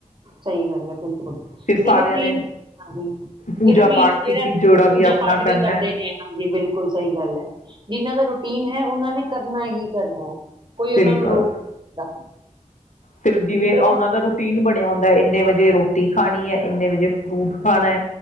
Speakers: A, on the right; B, on the left.
A: ਸਹੀ ਗੱਲ ਐ ਬਿਲਕੁਲ।
B: ਫਿਰ ਸਾਰਿਆਂ
A: ਇਹ ਰੂਟੀਨ,
B: ਨੇ
A: ਹਾਂ
B: ਪੂਜਾ
A: ਇਹ ਰੂਟੀਨ
B: ਪਾਠ ਕੀਤੀ
A: ਜਿਹੜਾ ਪੂਜਾ
B: ਵੀ ਆਪਣਾ
A: ਪਾਠ
B: ਕਰਨਾ
A: ਵੀ ਕਰਦੇ
B: ਹੈ
A: ਨੇ, ਹਾਂਜੀ ਬਿਲਕੁਲ ਸਹੀ ਗੱਲ ਐ। ਜਿਹਨਾਂ ਦਾ ਰ ਟੀਨ ਹੈ ਉਹਨਾਂ ਨੇ ਕਰਨਾ ਹੀ ਕਰਨੈ। ਕੋਈ ਉਹਨਾਂ
B: ਬਿਲਕੁਲ
A: ਨੂੰ ਰੋਕ <unintelligible> ਦਾ।
B: ਫਿਰ ਜਿਵੇਂ
A: ਇਹ ਚੀਜ਼ਾਂ
B: ਉਹਨਾਂ ਦਾ ਰੁ ਟੀਨ ਬਣਿਆ ਹੁੰਦੈ, ਇੰਨੇ ਵਜੇ ਰੋਟੀ ਖਾਣੀ ਐ ਇੰਨੇ ਵਜੇ ਫਰੂਟ ਖਾਣਾ ਐ,